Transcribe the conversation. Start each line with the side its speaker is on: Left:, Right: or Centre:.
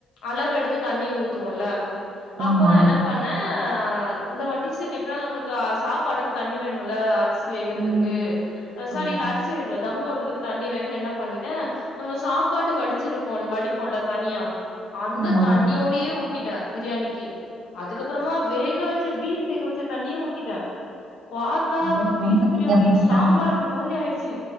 Left: அளவு எடுத்து தண்ணி ஊத்துவோல்ல அப்போ
Right: ஆமா.
Left: நா என்னப் பண்ண இந்த வாட்டி செரி எப்டினாலு நம்மளுக்கு அ சாப்பாடுக்கு தண்ணி வேணும்ல்ல அரிசி அரிசி வேகறதுக்கு
Right: ம்.
Left: சாரி
Right: ஆமா.
Left: இல்ல அரிசி வேகறக்கில்ல தம்போடுறதுக்கு தண்ணி வேணுனு என்ன பண்ணிட்ட நம்ம சாப்பாடு வடிச்சிருக்கோம் வடிப்போல்ல தனியா அந்த
Right: ஆமா.
Left: தண்ணியோடியே ஊத்திட்ட பிரியாணிக்கு அதுக்கப்புறமா வேக வச்ச பீஃப் வேக வச்ச தண்ணியு ஊத்திட்ட பாத் தா
Right: இது
Left: பீஃப்
Right: ரொம்ப
Left: பிரியாணி
Right: தண்ணியா போயிடுச்சா?
Left: சாம்பார் மாதிரி ஆயிடுச்சு